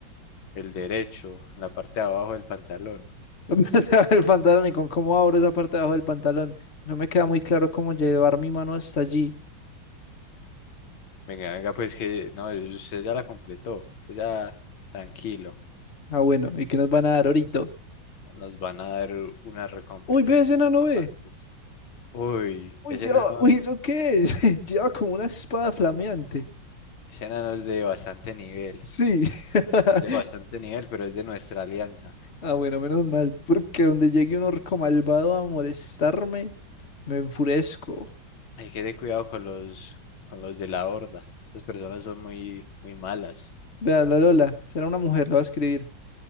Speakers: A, on the left; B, on the left.
A: el derecho, en la parte de abajo del pantalón.
B: <laughs> El pantalón y con cómo abro esa parte de abajo del pantalón. No me queda muy claro cómo llevar mi mano hasta allí.
A: Venga, venga, pues que no, usted ya la completó. Usted ya tranquilo.
B: Ah, bueno, ¿y qué nos van a dar ahorita?
A: Nos van a dar unas recompensas
B: Uy, ve ese
A: muy
B: enano,
A: importantes.
B: ve.
A: Uy,
B: Uy,
A: ese
B: yo,
A: enano,
B: uy, ¿eso qué es? <laughs> Lleva como una espada flameante.
A: ese enano es de bastante nivel.
B: Sí. <laughs>
A: De bastante nivel, pero es de nuestra alianza.
B: Ah, bueno, menos mal, porque donde llegue un orco malvado a molestarme, me enfurezco.
A: Hay que tener cuidado con los, con los de la horda. Esas personas son muy, muy malas.
B: Vea, la Lola, será una mujer, la va a escribir.